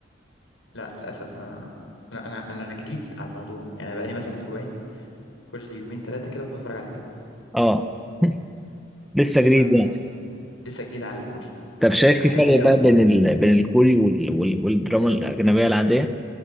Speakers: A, on the left; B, in the centre.
A: لا للاسف ما انا انا انا جديد على الموضوع يعني أنا بقالي مثلا اسبوعين كل يومين ثلاثه كده بتفرج على فيلم
B: اه <laughs> لسه جديد
A: فلسه
B: يعني
A: جديد على الكوري
B: طب شايف
A: عجبني
B: في فرق
A: قوي
B: بقى بين ال... بين الكوري وال... وال... والدراما الأجنبية العادية